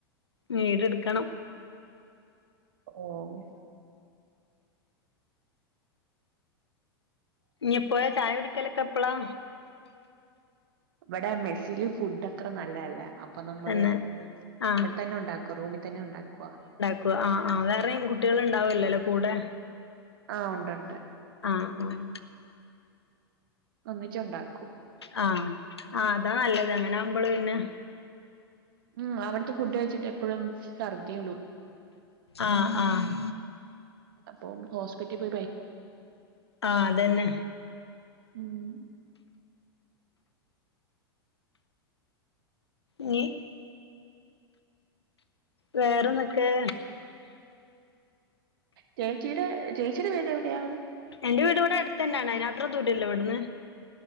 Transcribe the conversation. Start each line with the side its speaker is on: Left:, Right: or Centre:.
Left: വീട് ഇട്ക്കണം.
Right: ഓഹ്
Left: ഇഞ് എപ്പൊയാ ചായ കുടിക്കലൊക്കെ എപ്പളാ.
Right: വടെ മെസ്സില് ഫുഡ് അത്ര നല്ലതല്ല അ അപ്പ നമ്മള്
Left: തന്നെ ആ
Right: ഇവ്ട്തന്നെ ഉണ്ടാക്കുവാ റൂമിത്തന്നെ ഉണ്ടാക്കുവാ.
Left: ക്കുവാ ആഹ് ആഹ് വേറെയും കുട്ടികള് ഇണ്ടാവൊല്ലല്ലാ കൂടെ.
Right: ആഹ് ഉണ്ട് ഉണ്ട്.
Left: ആഹ് ആഹ്
Right: ഒന്നിച്ച് ഉണ്ടാക്കും.
Left: ആഹ് ആഹ് അതാ നല്ലത് അങ്ങനെ ആവുമ്പള് പിന്നെ
Right: ഉം അവട്ത്തെ ഫുഡ് കഴിച്ചിട്ട് എപ്പഴും ഛർദിയെല്ലു ആണ്
Left: ആഹ് ആഹ്
Right: അപ്പം ഹോസ്പിറ്റി പോയി കഴി
Left: ആഹ് അതന്നെ
Right: ഉം
Left: ഞ്ഞീ വേറെന്തെക്കെ?
Right: ചേച്ചിടെ ചേച്ചിയുടെ വീട് എവിടെയാ?
Left: എൻ്റെ വീട് ഇവടെ എട്ത്തന്നാണ് അയിനാത്രം ദൂരല്ല ഇവട്ന്ന്.